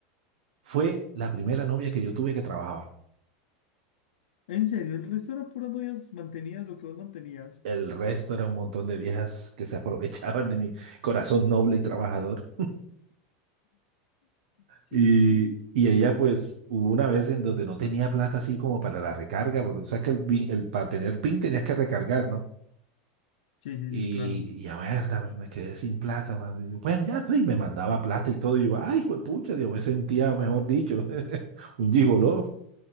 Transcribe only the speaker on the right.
Fue la primera novia que yo tuve que trabajaba.
El resto era un montón de viejas que se <laughs> aprovechaban de mi corazón noble y trabajador.
Y,
y ella, pues, hubo una vez en donde no tenía plata así como para la recarga, porque o sea que el, pin- el, para tener PIN tenías que recargar, ¿no?
Y,
y a ver, dame- me quedé sin plata, man. Y yo, Bueno, ya, pues, y me mandaba plata y todo. Y yo, ay, hijo de pucha, yo me sentía, mejor dicho, <laughs> un gigoló.